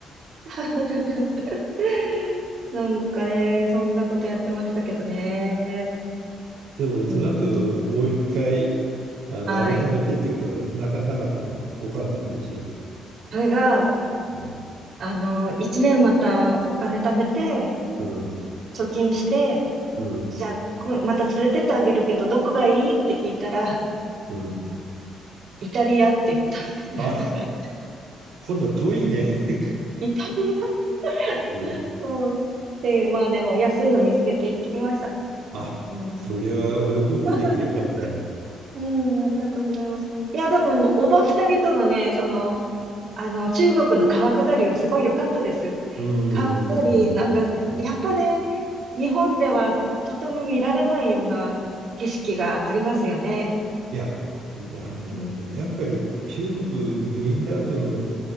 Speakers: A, on the right; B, on the right.
A: <laughs> なんかね、そんなことやってましたけどね。
B: でもその後もう一回、
A: うん。
B: あの、
A: はい。
B: 改めてってことはなか、なかったのお母さんと一緒に。
A: それが、
B: うん、
A: あの、一年またお金貯めて、
B: うん、
A: 貯金して、
B: うん、
A: じゃあ、こまた連れてってあげるけど、どこがいいって聞いたら、
B: うん。
A: イタリアって言ったんです。
B: あ、今度は遠いね。
A: <laughs> イタリア <laughs>
B: <laughs> うん。
A: そう。で、まあでも安いの見つけて行ってきました。
B: あ、
A: うん。
B: それは親孝行できてよかった。
A: <laughs> うん、ありがとうございます。いや、でも、おば二人とのね、その、あの、中国の川下りはすごい良かったです。
B: うん、うん、
A: 川下り、なんか、
B: うん。
A: やっぱね、日本ではとても見られないような景色がありますよね。
B: いや、あの、
A: うん。
B: やっぱり中国メインランドの、